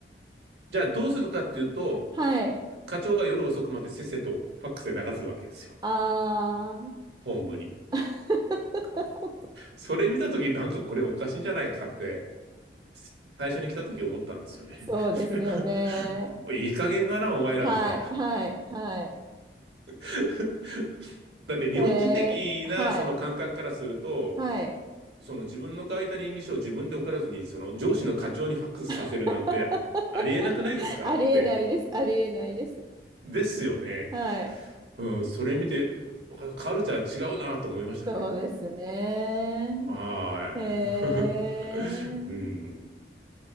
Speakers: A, on the right; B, on the right.
A: じゃあどうするかっていうと、
B: はい、
A: 課長が夜遅くまでせっせとファックスで流すわけですよ、
B: あー、
A: 本部に。
B: <laughs>
A: それ見たとき、なんかこれおかしいんじゃないかって、最初に来たとき思ったんですよね。
B: そうですよね。
A: <laughs> いい加減だな、お前らみたいな。
B: はい、はい、は
A: <laughs> だって日本人的なその感覚からすると、
B: い。えー、はい、はい。
A: その自分の書いた稟議書を自分で送らずに、その上司の課長にファックスさせるなんてありえなくないですかって。
B: <laughs> ありえないです。ありえないです。
A: ですよね。
B: はい。
A: うん、それ見て、カルチャー違うなと思いましたね。
B: そうですね。
A: はーい。
B: へえ。
A: <laughs> うん、